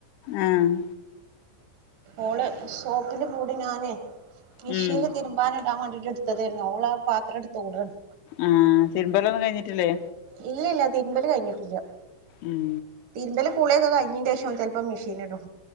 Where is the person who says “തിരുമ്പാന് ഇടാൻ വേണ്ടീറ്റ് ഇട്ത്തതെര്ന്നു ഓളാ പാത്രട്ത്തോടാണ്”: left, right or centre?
Right